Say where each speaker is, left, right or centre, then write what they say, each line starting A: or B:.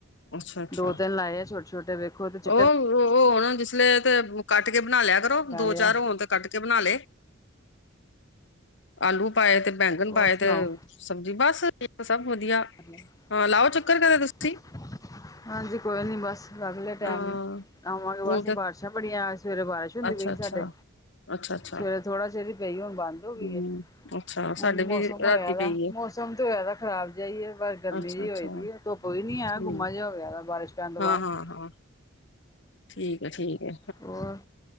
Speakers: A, on the left; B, on the left.
A: ਅੱਛਾ ਅੱਛਾ
B: ਦੋ- ਤਿੰਨ ਲਾਏ ਆ ਛੋਟੇ- ਛੋਟੇ ਵੇਖੋ ਉਹਦੇ 'ਚ
A: ਉਹ ਹੋਣ ਜਿਸਲੇ ਤੇ ਕੱਟ ਕੇ ਬਣਾ ਲਿਆ ਕਰੋ
B: ਲਾਏ
A: ਦੋ- ਚਾਰ
B: ਆ
A: ਹੋਣ ਤੇ ਕੱਟ ਕੇ ਬਣਾ ਲਏ। ਆਲੂ ਪਾਏ ਤੇ ਬੈਂਗਣ
B: ਹੋਰ
A: ਪਾਏ
B: ਸੁਣਾਓ
A: ਤੇ ਸਬਜ਼ੀ ਬਸ ਸਭ ਵਧੀਆ।
B: ਹ <unintelligible>
A: ਹਾਂ ਲਾਓ ਚੱਕਰ ਕਦੇ ਤੁਸੀਂ
B: ਹਾਂਜੀ ਕੋਈ ਨੀ ਬਸ ਕੱਢ ਲਿਆ ਟੈਮ
A: ਹਾਂ
B: ਆਵਾਂਗੇ ਬਸ
A: ਉਹ ਤਾਂ
B: ਬ ਅੱਛਾ ਬੜੀਆਂ ਸਵੇਰੇ ਬਾਰਿਸ਼ ਹੁੰਦੀ
A: ਅੱਛਾ
B: ਪਈ ਸੀ
A: ਅੱਛਾ
B: ਸਾਡੇ।
A: ਅੱਛਾ ਅੱਛਾ
B: ਸਵੇਰੇ ਥੋੜਾ ਚਿਰ ਹੀ ਪਈ ਆ। ਹੁਣ ਬੰਦ ਹੋ ਗਈ
A: ਹਮ
B: ਐ।
A: ਅੱਛਾ
B: ਹੁਣ
A: ਸਾਡੇ ਵੀ
B: ਮੌਸਮ ਹੋਇਆ
A: ਰਾਤੀ
B: ਵਾ
A: ਪਈ ਹੈ
B: ਮੌਸਮ ਤੇ ਹੁਣ ਤੇ ਜ਼ਿਆਦਾ ਖਰਾਬ ਜਾ ਈਏ ਗਰਮੀ
A: ਅੱਛਾ
B: ਜੀ
A: ਅੱਛਾ
B: ਹੋਈ ਪਈ ਏ ਧੁੱਪ ਵੀ ਨਹੀਂ ਐ।
A: ਠੀਕ
B: ਗੁੰਮਾਂ ਜਿਹਾ ਹੋਇਆ ਬਾਰਿਸ਼ ਪੈਣ ਤੋਂ
A: ਹਾਂ
B: ਬਾਅਦ।
A: ਹਾਂ ਹਾਂ ਠੀਕ ਐ ਠੀਕ ਐ।
B: ਹੋਰ